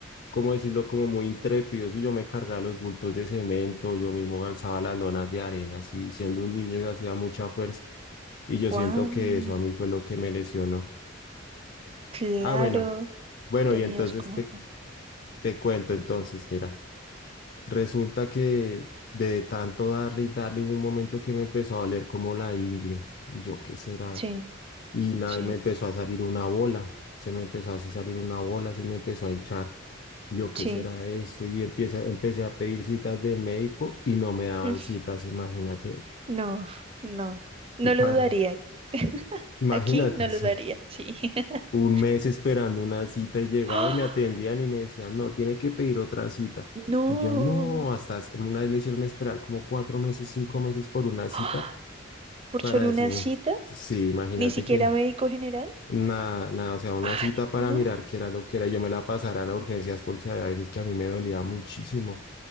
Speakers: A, on the left (about 50°); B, on the right (about 30°).
A: ¿cómo decirlo? Como muy intrépido. Y yo me cargaba los bultos de cemento, yo mismo alzaba las lonas de arena. Así, siendo un niño yo hacía mucha fuerza y yo
B: Wow,
A: siento que eso a mí fue lo que me lesionó.
B: claro,
A: Ah, bueno. Bueno,
B: tenías
A: y entonces
B: como...
A: te,
B: ajá,
A: te cuento, entonces, mira, resulta que de tanto darle y darle hubo un momento que me empezó a doler como la ingle, yo qué será,
B: Sí,
A: y nada,
B: sí,
A: y me empezó a salir una bola, se me empezó así a salir una bola, se me empezó a hinchar, yo qué
B: sí.
A: será esto, y empieza, empecé a pedir citas del médico y no me daban
B: <laughs>
A: citas, imagínate,
B: Mm, No, no, no
A: un paro,
B: lo dudaría. <laughs>
A: imagínate,
B: Aquí no lo
A: <laughs>
B: daría,
A: sí.
B: sí. <laughs>
A: un mes esperando una cita y llegaba
B: ¡Ah!
A: y me atendían y me decían, no, tiene que pedir otra cita.
B: No.
A: Y yo no, hasta hace- una vez me hicieron esperar como cuatro meses, cinco meses por una cita
B: ¡Ah! Por
A: para
B: solo
A: decirme,
B: una cita,
A: sí, imagínate
B: ni siquiera
A: que
B: médico general.
A: nada, nada, o sea, una
B: Ay,
A: cita para
B: no.
A: mirar qué era lo que era. y Yo me la pasaran a urgencias porque a veces que a mí me dolía muchísimo